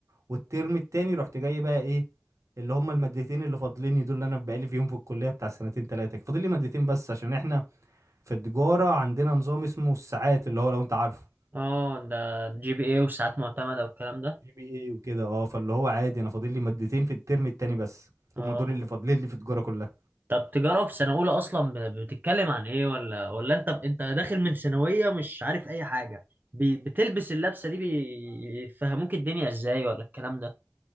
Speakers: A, on the right (about 80°); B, on the right (about 40°).
A: والترم التاني رحت جاي بقى ايه اللي هما المادتين اللي فاضليني دول اللي انا بقالي فيهم في الكلية بتاع سنتين تلاتة فاضل لي مادتين بس عشان احنا في التجارة عندنا نظام اسمه الساعات اللي هو لو انت عارفه
B: اه ده جي بي ايه وساعات معتمدة والكلام ده
A: جي بي اي وكده اه فاللي هو عادي انا فاضل لي مادتين في الترم التاني بس
B: اه
A: هم دول اللي فاضلين لي في التجاره كلها
B: طب تجارة في سنة أولى أصلا ب- بتتكلم عن إيه ولا ولا أنت أنت داخل من ثانوية مش عارف أي حاجة بي- بتلبس اللبسة دي بيفهموك الدنيا إزاي ولا الكلام ده